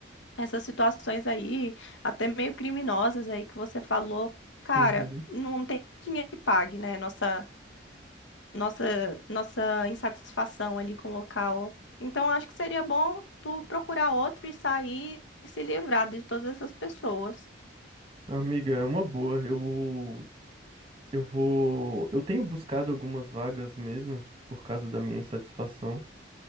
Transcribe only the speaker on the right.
uhum.
Amiga, é uma boa. Eu, eu vou, eu tenho buscado algumas vagas mesmo por causa da minha insatisfação.